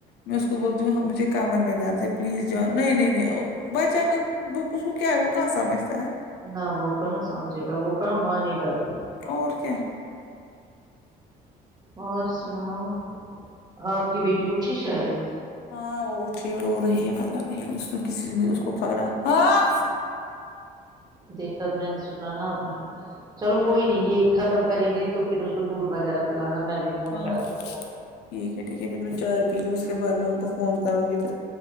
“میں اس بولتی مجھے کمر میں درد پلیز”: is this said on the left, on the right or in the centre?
Left